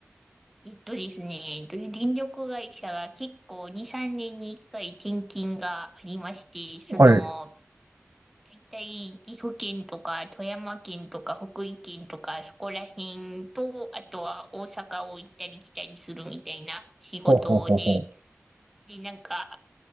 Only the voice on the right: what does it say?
はい。
ほうほうほうほう。